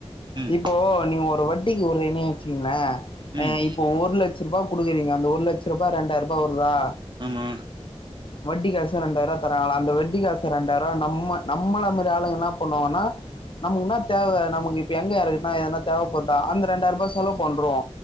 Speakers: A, on the right; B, on the left.
A: ம்
B: இப்போ நீங்க ஒரு வட்டிக் உட்றேனே வச்சுக்கோங்களே
A: ம்
B: இப்ப ஒரு லட்ச ரூபா குடுக்குறீங்க அந்த ஒரு லட்ச ரூபா ரெண்டாய ரூபா ரூவா
A: ஆமா
B: வட்டி காசு ரெண்டாயிர தராங்களா அந்த வட்டி காசு ரெண்டாயிர ரூவா நம்ம நம்மள மாரி ஆளுங்க என்ன பண்ணுவாங்கன்னா நமக்குன்னா தேவை நமக்கு இப்ப எங்க யாருக்குன்னா எதனா தேவைப்படுதா அந்த ரெண்டாயிர ரூபா செலவு பண்ருவோ